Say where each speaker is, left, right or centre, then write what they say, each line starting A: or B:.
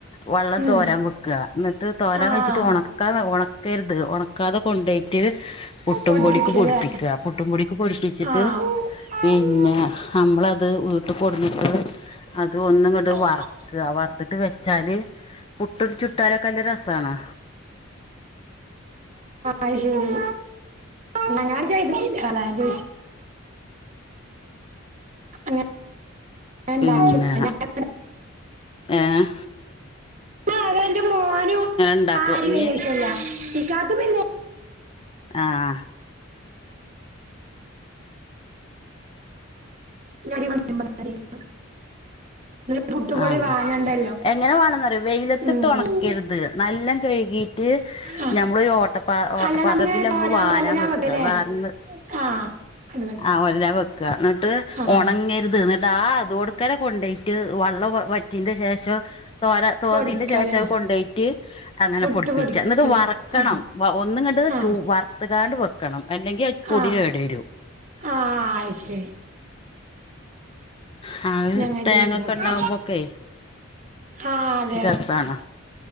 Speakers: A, on the left; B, on the right.
A: വള്ളം
B: ഉം
A: തോരാം വെക്കാ ന്നട്ട് തോരാം
B: ആഹ്
A: വെച്ചിട്ട് ഒണക് ക്കാതെ ഒണെക്കെര്ത് ഒണക്കാതെ കൊണ്ടോയ്ട്ട് പുട്ടും
B: പൊടിപ്പിക്കല്ലേ
A: പൊടിക്ക് പൊടിപ്പിക്കുക പുട്ടും പൊടിക്ക് പൊടിപ്പിച്ചിട്ട്
B: ആഹ്
A: പിന്നെ
B: ആണോ
A: നമ്മളത് വീട്ട് കൊടന്നിട്ട് അത് ഒന്നുങ്ങട്ട്
B: ആഹ്
A: വറക്ക വറത്തിട്ട് വെച്ചാല് പുട്ടൊട് ചുട്ടാലൊക്കെന്ത് രസാണോ
B: അയ് ശരി എന്നാ ഞാൻ ചെയ്തിട്ടില്ല അല്ല ഞാൻ ചോയിച്ചെ അങ്ങനെ ഉണ്ടാക്കി
A: പിന്നെ
B: ഞങ്ങള്
A: ഏഹ്
B: ണതെന്റെ മോനും
A: ഉണ്ടാക്കും
B: ആടി
A: ഇനി
B: വല്യയിഷ്ടല്ല ഇക്കാക്ക് പിന്നെ
A: ആഹ്
B: <unintelligible> ഒരു പുട്ടുപൊടി
A: ആഹ്
B: വാങ്ങണ്ടല്ലോ
A: എങ്ങനെ വേണന്നറിയോ വെയിലത്തിട്ട്
B: ഉം
A: ഒണക്കരുത് നല്ലൊം കഴുകി ട്ട്
B: ആ
A: ഞമ്മളൊരു ഓട്ടപ്പ ഓട്ടപാത്രത്തില്
B: അല്ല നമ്മളിങ്ങനെ തോരാൻ
A: മ്മള് വാരാൻ
B: പോലരാൻ
A: വെക്കുക
B: വെക്കല്ലേ
A: വാർന്ന്
B: ആഹ് അത് മതി
A: ആഹ് ഒലരാൻ വെക്ക എന്നിട്ട്
B: ആഹ്
A: ഉണങ്ങരുത് ന്നിട്ട് ആഹ് അതോട് അക്കരെ കൊണ്ടെയിറ്റ് വള്ളം വറ്റീന്റെ ശേഷം തോര തോന്നീന്റെ
B: പൊടിക്കലേ
A: ശേഷം കൊണ്ടെയിറ്റ് അങ്ങനെ
B: പുട്ട്
A: പൊട്പ്പീച്ച്
B: പൊടിക്കലേ
A: ന്ന്ട്ട് വറക്കണം
B: ആഹ്
A: വ ഒന്നും ങ്ങണ്ട്
B: ആഹ്
A: ചൂ വർ ത്ത്കാണ്ട് വെക്കണം അല്ലെങ്കി അവ് പൊടി
B: ആഹ്
A: കേടരും
B: ആഹ് അയ് ശരി
A: ഹാവ്
B: ഞങ്ങ
A: തേങ്ങക്കെ
B: ചെയ്തോക്കാം
A: ണ്ടാവുമ്പൊക്കെ
B: ആഹ് അതെ അതെ
A: രസാണ്